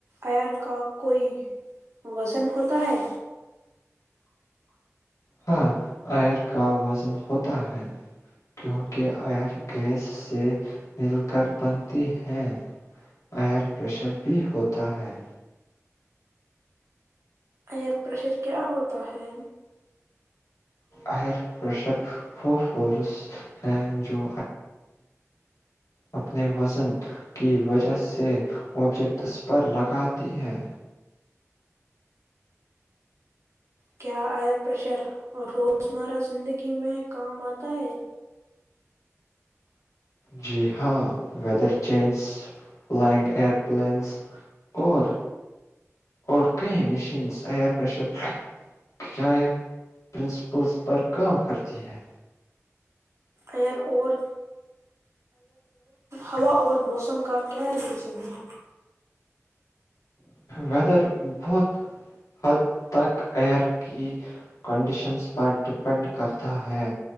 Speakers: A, on the right (about 65°); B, on the left (about 85°).
A: آر کا کوئی وزن ہوتا ہے
B: ہاں ایئر کا وزن ہوتا ہے کیونکہ ایئر گیس سے مل کر بنتی ہے ایئر پریشر بھی ہوتا ہے
A: ایئر پریشر کیا ہوتا ہے
B: ایئر پریشر وہ فورس ہیں جو اپنے وزن کی وجہ سے آبجیکٹس پر لگاتی ہیں
A: کیا آئر پریشر روزمرہ زندگی میں کام آتا ہے
B: جی ہاں weather change flying air planes اور اور کئی مشینس ایئر پریشر کیا پرنسپلس پر کام کرتی ہیں
A: ائر اور ہوا اور موسم کا کیا ریلیشن ہے
B: ویدر بہت حد تک ایئر کی کنڈیشنز پر ڈپینڈ کرتا ہے